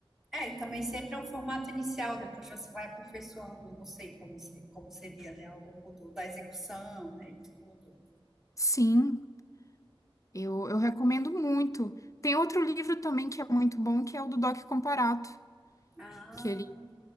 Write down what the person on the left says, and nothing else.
Sim, eu, eu recomendo muito. Tem outro livro também que é muito bom, que é o do Doc Comparato,
que ele,